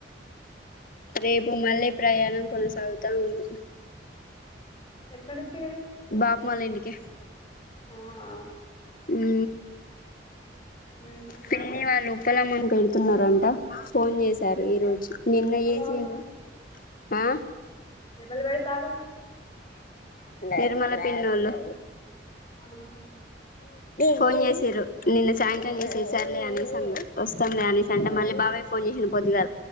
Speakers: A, on the left; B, on the left.
A: రేపు మళ్ళీ ప్రయాణం కొనసాగుతా ఉంది
B: ఎక్కడికి
A: బాపుమాల ఇంటికిే
B: అవునా
A: ఈ
B: ఉహు
A: పిన్నీ వాళ చెక్కలమనుకు వెళ్తున్నారంట ఫోన్ చేశారు ఈ రోజు నిన్న
B: ఎవలు
A: చేసిండు ఆ
B: ఎ మల్ వెళి తారు
A: ఏరమల పిన్నోళ్ళు
B: అహ
A: ఫోన్ చేసారు నిన్న సాయంత్రం చేసే సార్లే అనేసాన్న వస్తాం లే అనేసా అంటే మళ్ళీ బాబాయ్ ఫోన్ చేసిన కొొద్దిగా